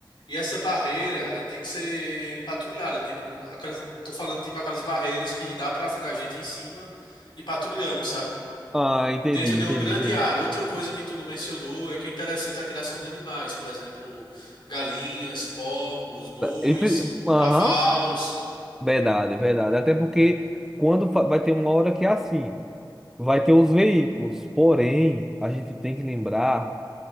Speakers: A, on the left; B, in the centre.
A: E essa barreira, ela tem que ser patrulhada, tipo, aquelas, tô falando tipo aquelas barreiras que dá pra ficar gente em cima e patrulhando, sabe?
B: ah, entendi,
A: Dentro de
B: entendi,
A: uma grande
B: entendi.
A: área. Outra coisa que tu não mencionou é que é interessante a criação de animais, por exemplo, galinhas, porcos, bois,
B: E pre- Aham,
A: cavalos.
B: verdade, verdade. Até porque quando fa- vai ter uma hora que é assim, vai ter os veículos. Porém, a gente tem que lembrar